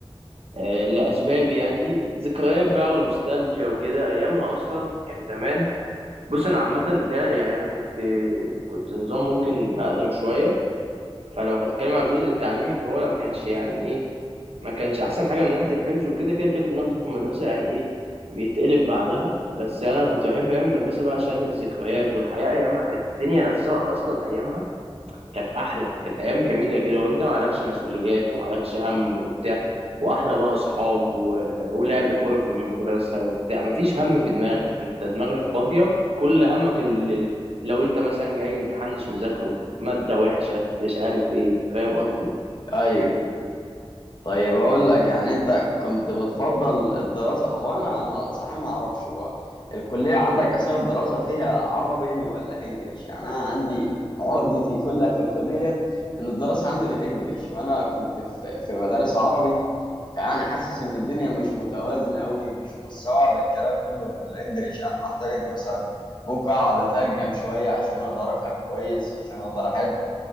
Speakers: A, on the right (about 75°); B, on the left (about 45°).
A: آه لأسباب يعني ذكريات بقى ونوستالجيا وكده أيامها أصلا يعني زمان بص أنا عامة بتاع يعني أنا كنت كنت نظام ممكن أقدم شوية فلو هتتكلم على الجزء التعليمي فهو لا ما كانش يعني إيه ما كانش احسن حاجه من ناحيه الحفظ وكده كده كده اللي بناخده في المدرسه يعني ايه بيتقلب بعدها بس يعني انا كنت بحب ايام المدرسه بقى عشان الذكريات والحياه ايامها كانت الدنيا نفسها اصلا ايامها كانت احلى كانت ايام جميله كده وانت ما عليكش مسؤوليات وما عليكش هم وبتاع واحلى بقى اصحاب و... ولعب كوره في المدرسه وبتاع ما فيش هم في دماغك انت دماغك فاضيه كل همك اللي... لو انت مثلا جاي امتحان مش مذاكره ماده وحشه مش عارف ايه فاهم قصدي
B: ايوه طيب اقول لك يعني انت كنت بتفضل الدراسه هو انا ما- صحيح ما اعرفش هو الكليه عندك اسامي الدراسه فيها عربي ولا انجليش يعني انا عندي عقدتي كلها في الكليه ان الدراسه عندي بالانجليش وانا كنت في في مدارس عربي فانا حاسس ان الدنيا مش متوازنه قوي مش مستوعب الكلام كله اللي بالانجليش انا بحتاج ان مثلا ممكن اقعد اترجم شويه عشان اقدر افهم كويس عشان اقدر احل